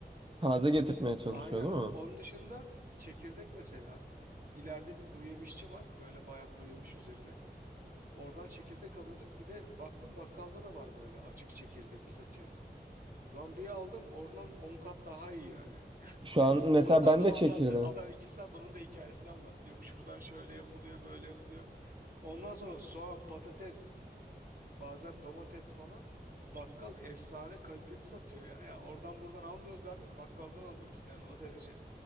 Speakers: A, on the right; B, on the right.
A: Taze getirtmeye çalışıyor
B: Aynen
A: değil
B: onun
A: mi?
B: dışında çekirdek mesela ileride bir kuru yemişçi var böyle bayağı kuru yemiş üzerine. Oradan çekirdek alıyorduk bir de baktım bakkalda da var böyle açık çekirdek satıyor. Lan bir aldım oradan 10 kat daha iyi yani.
A: Şu an mesela
B: Onu da
A: ben
B: adam
A: de
B: anlattı.
A: çekirdeğim.
B: Adam iki saat onun da hikayesini anlattı. Yok şuradan şöyle yapılıyor, böyle yapılıyor. Ondan sonra soğan, patates, bazen domates falan bakkal efsane kaliteli satıyor ya. Ya oradan buradan almıyoruz artık bakkaldan alıyoruz yani o derece.